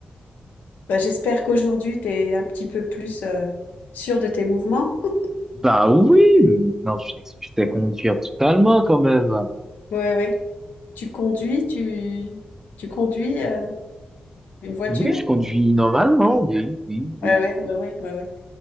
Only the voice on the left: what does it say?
bah, j'espère qu'aujourd'hui, tu es un petit peu plus euh, sûr de tes mouvements. <laughs>
Ouais, ouais. Tu conduis, tu, tu conduis euh, une voiture?
Ouais, ouais, ouais, ouais, ouais, ouais.